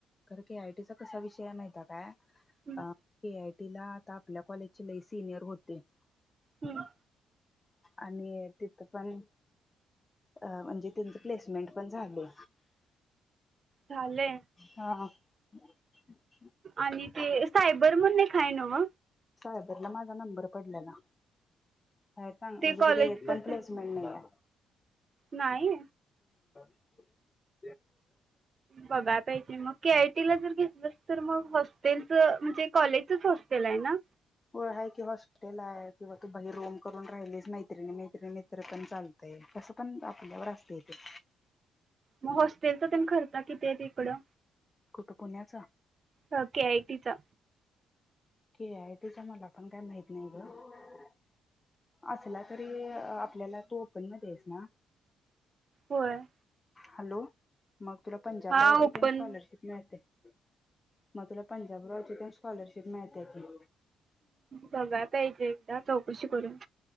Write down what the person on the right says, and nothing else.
हम्म
हम्म.
झाले.
आणि ते सायबर म्हणून एक हाय नव.
ते
कॉलेज
कसं
नाही.
बघाय पाहिजे मग के आयटी ला जर घेतलं तर. तर मग होस्टेल म्हणजे कॉलेज हॉटेल्स आहे ना?
मग हॉटेल्सचा खर्चो किती आहे तिकडं?
अ केआटीचा.
होय.
हा
ओपन
बघाय पाहिजे. चौकशी करून